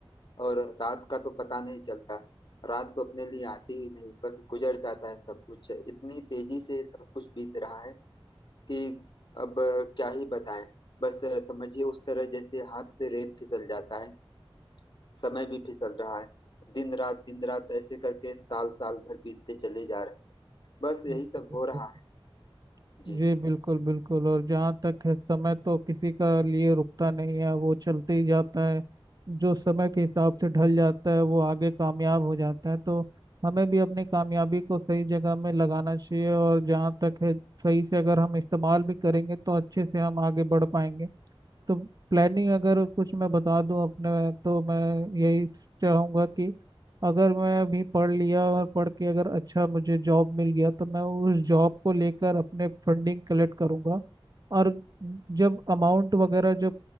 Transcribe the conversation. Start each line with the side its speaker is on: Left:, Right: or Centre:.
Left: और रात का तो पता नहीं चलता रात तो अपने लिए आती ही नहीं बस गुजर जाता है सब कुछ इतनी तेजी से सब कुछ बीत रहा है कि अब अ, क्या ही बताएं बस अ, समझिए उस तरह जैसे हाथ से रेत फिसल जाता है समय भी फिसल रहा है दिन रात दिन रात ऐसे करके साल साल भर बीतते चले जा रहे हैं बस
Right: जी
Left: यही सब हो रहा है जी
Right: जी, बिल्कुल बिल्कुल और जहाँ तक है समय तो किसी का लिए रुकता नहीं है वो चलते ही जाता है जो समय के हिसाब से ढल जाता है वो आगे कामयाब हो जाता है तो हमें भी अपनी कामयाबी को सही जगह में लगाना चाहिए और जहाँ तक है सही से अगर हम इस्तेमाल भी करेंगे तो अच्छे से हम आगे बढ़ पाएंगे तो प्लानिंग अगर कुछ मैं बता दूं अपने तो मैं यही चाहूँगा कि अगर मैं अभी पढ़ लिया और पढ़ के अगर अच्छा मुझे जॉब मिल गया तो मैं उस जॉब को लेकर अपने फंडिंग कलेक्ट करूँगा और जब अमाउंट वगैरह जब